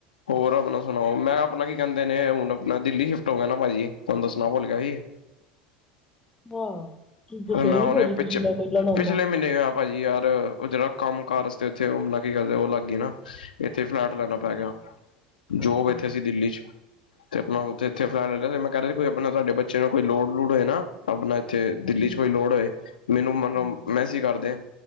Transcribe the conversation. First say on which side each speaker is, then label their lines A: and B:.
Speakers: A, on the left (about 75°); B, on the left (about 15°).
A: ਹੋਰ ਆਪਣਾ ਸੁਣਾਓ! ਮੈਂ ਆਪਣਾ ਕੀ ਕਹਿੰਦੇ ਨੇ ਹੁਣ ਆਪਣਾ ਦਿੱਲੀ ਹੋ ਗਿਆ ਨਾ ਭਾਜੀ ਤੁਹਾਨੂੰ ਦੱਸਣਾ ਭੁੱਲ ਗਿਆ ਸੀ।
B: ਹਾਂ ਤੁਸੀਂ ਦੱਸਿਆ
A: ਨਾ
B: ਨੀ
A: ਉਹਨੇ
B: ਭਾਜੀ ਤੁਸੀਂ
A: ਪਿੱਛ
B: ਮੈਂ ਮਿਲਣ ਆਉਂਦਾ।
A: ਪਿਛਲੇ ਮਹੀਨੇ ਗਿਆ ਭਾਜੀ ਯਾਰ ਉਹ ਜਿਹੜਾ ਕੰਮ ਕਾਰਜ ਤੇ <unintelligible> ਉੱਥੇ ਮਲ ਕੀ ਕਰਦੇ ਉਹ ਲੱਗ ਗਈ ਨਾ। ਇੱਥੇ ਫਲੈਟ ਲੈਣਾ
B: ਅੱਛਾ
A: ਪੈ
B: ਅੱਛਾ।
A: ਗਿਆ। ਜੋਬ
B: ਅੱਛਾ
A: ਇੱਥੇ ਸੀ ਦਿੱਲੀ 'ਚ। ਤੇ ਆਪਣਾ ਉਥੇ ਇੱਥੇ ਫਲੈਟ ਲੈ ਲਿਆ ਤੇ ਮੈਂ ਕਹਿ ਰਿਹਾ ਕੋਈ ਆਪਣਾ ਤੁਹਾਡੇ ਬੱਚੇ ਨੂੰ ਕੋਈ ਲੋੜ ਲੂੜ ਹੋਏ ਨਾ ਆਪਣਾ ਇੱਥੇ ਦਿੱਲੀ
B: ਹਾਂਜੀ
A: 'ਚ ਕੋਈ ਲੋੜ ਹੋਏ ਮੈਨੂੰ ਮਨੋ
B: ਹਾਂਜੀ
A: ਮੈਸੇਜ ਕਰਦੇ